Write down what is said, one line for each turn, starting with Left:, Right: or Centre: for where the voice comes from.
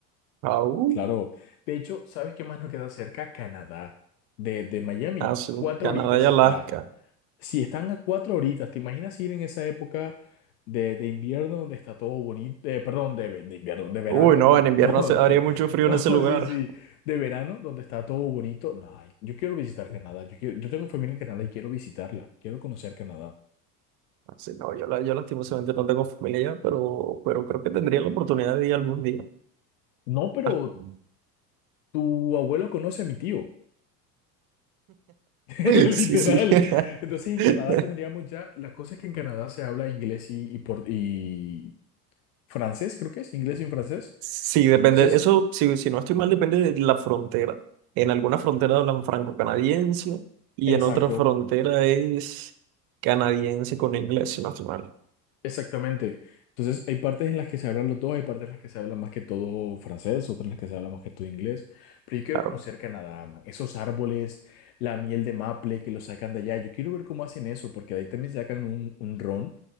Right: aún,
Left: claro. De hecho, ¿sabes qué más nos queda cerca? Canadá, de, de Miami.
Right: así,
Left: Cuatro
Right: Canadá
Left: horitas
Right: y Alaska.
Left: está. Si están a cuatro horitas, ¿te imaginas ir en esa época de, de invierno donde está todo bonito? eh, perdón, de, ve- de invierno, de verano.
Right: Uy, no, en invierno
Left: <laughs> Donde,
Right: se, haría mucho frío
Left: no,
Right: en ese lugar.
Left: sí, sí, de verano donde está todo bonito. No, ay, yo quiero visitar Canadá. Yo quiero, yo tengo familia en Canadá y quiero visitarla. Quiero conocer Canadá.
Right: Así, no, yo, la- yo lastimosamente no tengo familia allá, pero, pero creo que tendría la oportunidad de ir algún día.
Left: No, pero
Right: <laughs>
Left: tu abuelo conoce a mi tío, <laughs>
Right: Sí,
Left: literal.
Right: sí.
Left: Entonces en
Right: <laughs>
Left: Canadá tendríamos ya, la cosa es que en Canadá se habla inglés y, y, por, y francés, creo que es, inglés y francés.
Right: Sí, depende,
Left: Entonces...
Right: eso, si, si no estoy mal, depende de la frontera. En alguna frontera hablan franco-canadiense y
Left: Exacto.
Right: en otra frontera es canadiense con inglés, si no estoy mal.
Left: Exactamente. Entonces, hay partes en las que se hablan los dos, hay partes en las que se habla más que todo francés, otras en las que se habla más que todo inglés. Pero yo quiero
Right: Claro.
Left: conocer Canadá, man. Esos árboles, la miel de maple que lo sacan de allá. Yo quiero ver cómo hacen eso, porque de ahí también sacan un, un ron,